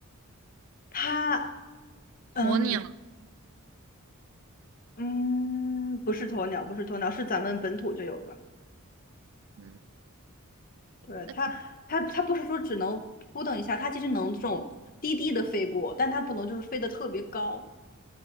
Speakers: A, on the left; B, on the right.
A: 它，嗯
B: 鸵鸟，
A: 嗯，不是鸵鸟，不是鸵鸟，是咱们本土就有的。
B: 嗯，
A: 对，
B: 那肯
A: 它，它，它不是说只能扑腾一下，它其实能这种低低的飞过，但它不能就是飞得特别高。